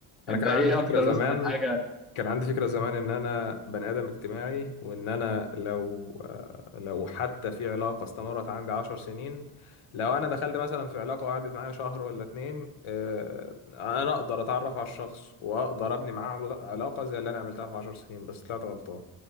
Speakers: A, on the left (about 70°); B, in the centre.
A: أنا
B: انت
A: كان
B: ايه
A: عندي
B: اكتر
A: فكرة زمان
B: مثلا حاجه
A: كان عندي فكرة زمان إن أنا بني آدم اجتماعي وإن أنا لو آه، لو حتى في علاقة استمرت عندي عشر سنين لو أنا دخلت مثلا في علاقة وقعدت معايا شهر ولا اتنين آه، أنا أقدر أتعرف على الشخص وأقدر أبني معاه عل- علاقة زي اللي أنا عملتها في عشر سنين بس طلعت غلطان